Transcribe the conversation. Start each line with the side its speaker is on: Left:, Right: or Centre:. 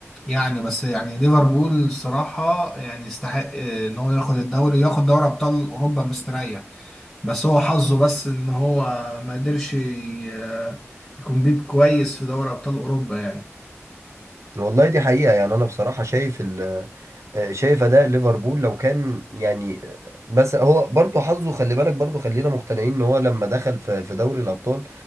Left: يعني بس يعني ليفربول الصراحة يعني يستحق آه، ان هو ياخد الدوري وياخد دوري ابطال اوروبا مستريح بس هو حظه بس ان هو ما قدرش ي- آه، يكون بيت كويس في دوري ابطال اوروبا يعني
Right: والله دي حقيقة يعني أنا بصراحة شايف ال آه، شايف أداء ليفربول لو كان يعني آه، بس هو برضه حظه خلي بالك برضه خلينا مقتنعين إن هو لما دخل في في دوري الأبطال